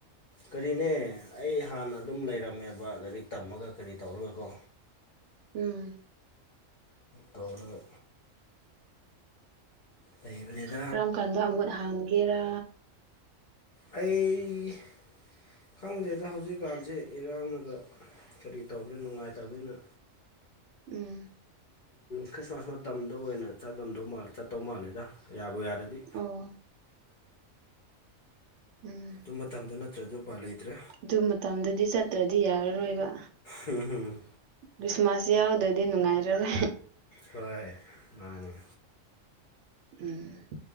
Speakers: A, on the left; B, on the right.
A: ꯀꯔꯤꯅꯦ ꯑꯩ ꯍꯥꯟꯅ ꯑꯗꯨꯝ ꯂꯩꯔꯝꯃꯦꯕ ꯂꯥꯏꯔꯤꯛ ꯇꯝꯃꯒ ꯀꯔꯤ ꯇꯧꯔꯒꯀꯣ
B: ꯎꯝ
A: ꯇꯧꯂꯒ ꯂꯩꯕꯅꯦꯗ
B: ꯀꯔꯝ ꯀꯥꯟꯗ ꯑꯃꯨꯠ ꯍꯥꯡꯒꯦꯔꯥ
A: ꯑꯩ ꯈꯪꯗꯦꯗ ꯍꯧꯖꯤꯛꯀꯥꯟꯁꯦ ꯏꯔꯥꯡꯅꯒ ꯀꯔꯤ ꯇꯧꯕꯅꯤ ꯅꯨꯡꯉꯥꯏꯇꯕꯅꯤꯅ
B: ꯎꯝ
A: ꯈ꯭ꯔꯤꯁꯃꯥꯁ ꯃꯇꯝꯗ ꯑꯣꯏꯅ ꯆꯠꯂꯝꯗꯧ ꯃꯥꯜ ꯆꯠꯇꯧ ꯃꯥꯜꯂꯦꯗ ꯌꯥꯕꯨ ꯌꯥꯔꯗꯤ
B: ꯑꯣ ꯎꯝ
A: ꯑꯗꯨ ꯃꯇꯝꯗꯣ ꯅꯠꯇ꯭ꯔꯗꯤ ꯎꯄꯥꯏ ꯂꯩꯇ꯭ꯔꯦ
B: ꯑꯗꯨ ꯃꯇꯝꯗꯨꯗꯤ ꯆꯠꯇ꯭ꯔꯗꯤ ꯌꯥꯔꯔꯣꯏꯕ
A: ꯍꯝꯝ
B: ꯈ꯭ꯔꯤꯁꯃꯥꯁ ꯌꯥꯎꯗ꯭ꯔꯗꯤ ꯅꯨꯡꯉꯥꯏꯔꯔꯦ
A: ꯍꯣꯏ ꯃꯥꯅꯦ
B: ꯎꯝ